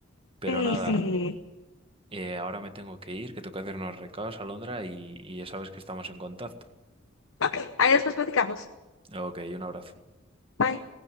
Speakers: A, on the right; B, on the left.
A: Pero
B: Sí,
A: nada.
B: sí.
A: eh, ahora me tengo que ir, que tengo que hacer unos recados a Londra y, y ya sabes que estamos en contacto.
B: Ok, ahí después platicamos.
A: Ok, un abrazo.
B: Bye.